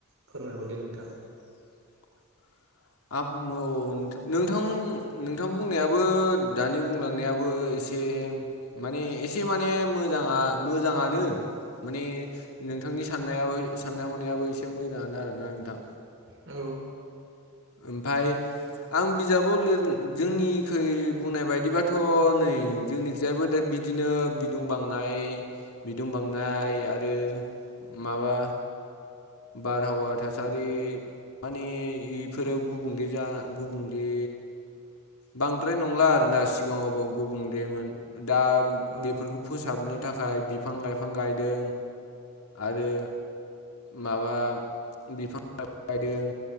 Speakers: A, on the right; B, on the left.
A: फोरमायहरदों नोंथां।
B: <unintelligible> औ। नोंथां नोंथां बुंनायाबो दानि बुंलांनायाबो एसे म माने एसे माने मोजाङा मोजाङानो माने नोंथांनि साननायाबो साननाय हनायाबो एसे मोजाङानो आरोना नोंथां।
A: औ।
B: ओमफाय आं बिजाबाव लिर जोंनिखै बुंनाय बायदिबाथ' नै जोंनिखयाबो दिनो बिदुं बांनाय बिदुं बांनाय आरो माबा बारहावा थासारि माने इफोराव गुबुंले जा गुबुंले बांद्राय नंला आरोना सिगाङाव गुबुंलेमोन दा
A: औ
B: बेफोरखौ फोसाबनो थाखाय बिफां लाइफां गायदों आरो माबा बिफां ला बायदों